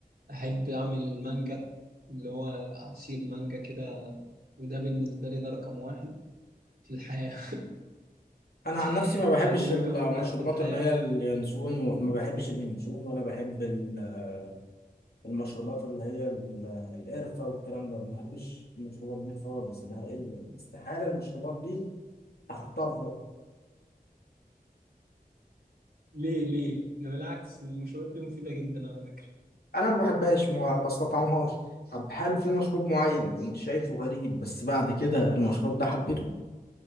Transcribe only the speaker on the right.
أحب أعمل مانجا اللي هو عصير مانجا كده وده بالنسبة لي ده رقم واحد في الحياة
<laughs>
يعني رقم
واحد في الحياة
ليه ليه؟ ده بالعكس المشروبات دي مفيدة جدا على فكرة